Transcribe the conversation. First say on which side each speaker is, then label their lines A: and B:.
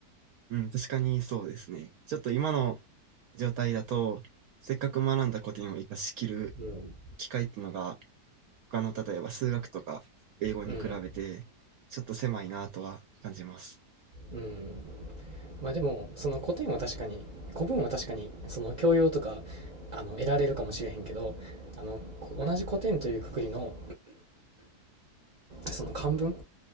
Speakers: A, on the right (about 70°); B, on the right (about 45°).
A: うん、確かにそうですね。ちょっと今の状態だと、せっかく学んだ古典を活かしきる
B: うん、
A: 機会っていうのが他の例えば数学とか英語に比べて、
B: うん
A: ちょっと狭いなとは感じます。
B: うんまあでもその古典は確かに古文は確かにその教養とかあの得られるかもしれへんけどあのこ同じ古典というくくりのその漢文